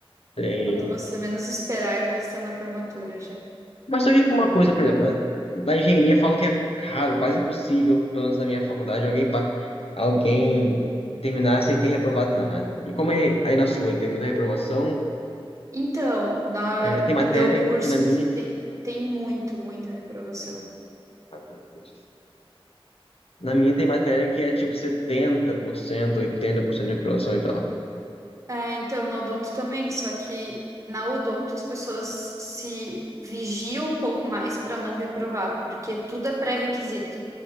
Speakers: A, on the left; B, on the right.
A: tem.
B: Quando você menos esperar, vai estar na formatura já.
A: Mas só que uma coisa, por exemplo, né? na engenharia falam que é raro, quase impossível, pelo menos na minha faculdade, alguém, pa- alguém terminar sem ter reprovado nada. E como é aí na sua, tem muita reprovação,
B: Então, na,
A: é, tem
B: no
A: matéria
B: meu curso
A: que na minha.
B: t- tem, tem muito, muita reprovação.
A: Ah, tá, entendi. Na minha tem matéria que é tipo setenta por cento oitenta por cento de reprovação e tal.
B: É, então, na odonto também, só que na odonto as pessoas se vigiam um pouco mais para não reprovar, porque tudo é pré-requisito.